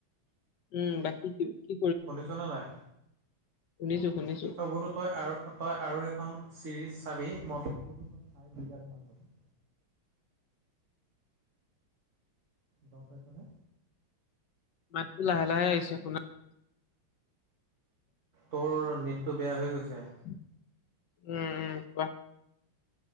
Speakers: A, on the left (about 60°); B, on the right (about 35°).
A: উম, বাকি কি কি
B: শুনিছ নে নাই?
A: শুনিছো-শুনিছো।
B: তই বোলো তই আৰু তই আৰু এখন চিৰিজ চাবি মই তোক কলো চাই বিৰাট ভাল পাবি। গম পাইচানে?
A: মাতটো লাহে-লাহে আহিছে, শুনা
B: তোৰ নেটটো বেয়া হৈ গৈছে,
A: উম, উম, কোৱা?